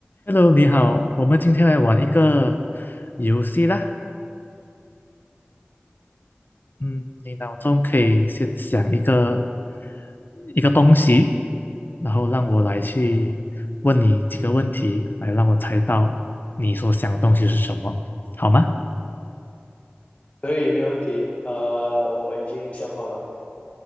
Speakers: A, on the left; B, on the left.
A: Hello，你好，我们今天来玩一个游戏啦。嗯，你脑中可以先想一个一个东西，然后让我来去问你几个问题，来让我猜到你所想的东西是什么，好吗
B: 可以，没有问题。呃，我已经想好了，